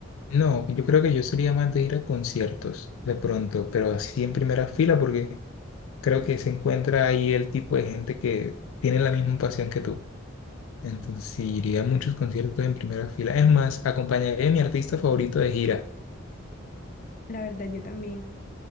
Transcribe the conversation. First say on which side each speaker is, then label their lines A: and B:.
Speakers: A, on the left; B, on the left.
A: No, yo creo que yo sería más de ir a conciertos de pronto, pero así en primera fila porque creo que se encuentra ahí el tipo de gente que tiene la misma pasión que tú. Entonces sí, iría a muchos conciertos en primera fila. Es más, acompañaría a mi artista favorito de gira.
B: La verdad, yo también.